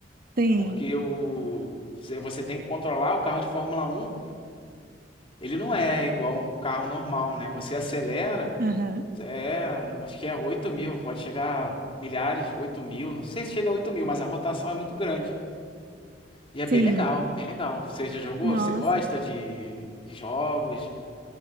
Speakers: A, on the right; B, on the left.
A: sim.
B: porque o você você tem que controlar o carro de Fórmula Um ele não é igual um carro normal, né? Você acelera,
A: Aham.
B: é, acho que é 8 mil, pode chegar a milhares, 8 mil, não sei se chega a 8 mil, mas a rotação é muito grande. E é bem
A: Sim.
B: legal, bem legal. Você já jogou?
A: Nossa,
B: Você gosta de, de jogos?